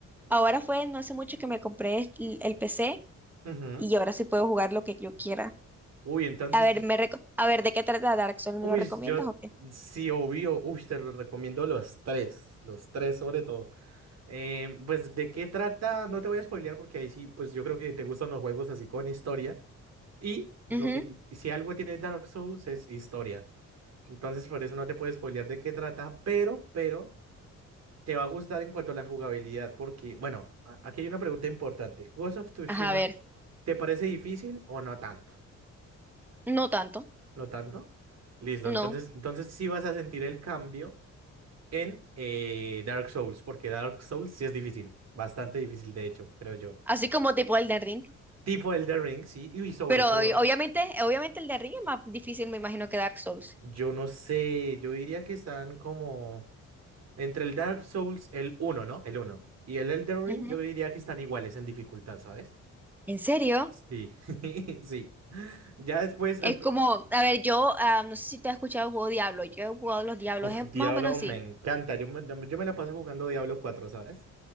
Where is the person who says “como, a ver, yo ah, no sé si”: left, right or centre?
Centre